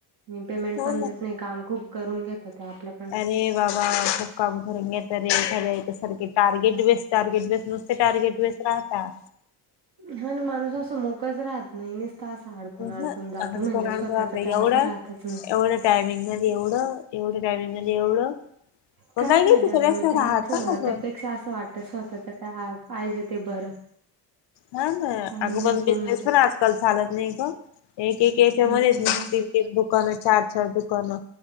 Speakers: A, on the right; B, on the left.
A: पेमेंट
B: हो
A: पण
B: ना
A: देत नाही. काम खूप करून घेत्याती. हो आपल्या
B: अरे बाबा काम करून घेताने तर एखाद्या सारखे टार्गेट वेस टार्गेट वेस नुसते टार्गेट वेस राहात.
A: हा ना माणूस असं मोकळाच राहत नाही.
B: <unintelligible>
A: असं अडकून अडकून जातं
B: आता
A: म्हणजे स्वतःच
B: एवढं.
A: काय असं राहतच नाही.
B: एवढं टायमिंग मध्ये एवढं. एवढ्या टायमिंगमधे एवढं.
A: काय
B: मग
A: फायदा
B: घेत सगळ्या
A: ग मग ते
B: राहता
A: असं?
B: मग
A: त्यापेक्षा असं वाटतं स्वतःच काय पाहिजे ते बरं.
B: हा ना.
A: ताण
B: अग
A: नाही
B: पण बिझनेस
A: कोणाचा
B: पण आजकाल चालत नाही ग. एक एक याच्यामध्येच
A: ते तर
B: म
A: आहे
B: तीन तीन दुकानं, चार चार दुकानं